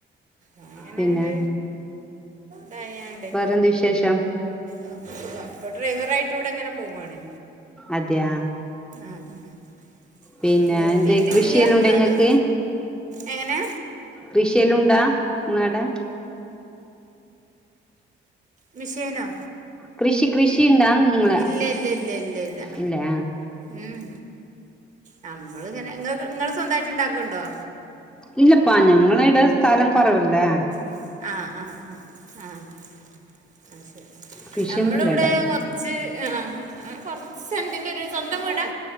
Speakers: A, on the right; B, in the centre.
A: അങ്ങനെണ്ട്
B: പിന്നെ
A: തായോണ്ടെയ്.
B: വേറെന്ത് വിശേഷം
A: അ അപ്പ ഡ്രൈവറായിട്ട് വടെങ്ങനെ പോവാണ്.
B: അതെയാ?
A: ആഹ് ആഹ്
B: പിന്നെ
A: നിർത്തിട്ടില്ല്യ
B: എന്ത് കൃഷിയെല്ലാം ഉണ്ടോ
A: ന്നാലും.
B: ഇങ്ങക്ക്
A: എങ്ങനെ?
B: കൃഷിയെല്ലുണ്ടാ ങ്ങ്ളാടെ?
A: മിഷേനോ?
B: കൃഷി കൃഷി ണ്ട നിങ്ങളെ
A: ഇല്ല ഇല്ല ഇല്ല ഇല്ല ഇല്ല
B: ഇല്ലാ.
A: ഉം നമ്മള്ങ്ങനെ ങ്ങക്ക് ങ്ങള് സ്വന്തായ്ട്ട് ണ്ടാക്ക്ണ്ടോ.
B: ഇല്ലപ്പാ ഞങ്ങളേടെ സ്ഥലം കൊറവല്ലേ.
A: ഉം ആഹ് ആഹ് ആഹ് ആഹ് അശരി
B: കൃഷിയൊന്നുംല്ല
A: നമ്മളിവ്ടെ
B: ഇടാ
A: കൊർ ച്ച് അ ആഹ് അ കൊർച്ചണ്ടില്ലരു സ്വന്തം വീടാ?